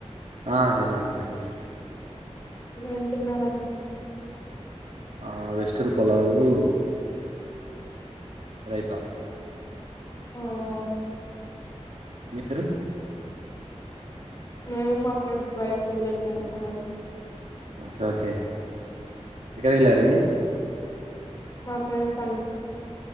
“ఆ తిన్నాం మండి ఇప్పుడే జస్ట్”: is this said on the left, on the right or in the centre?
Right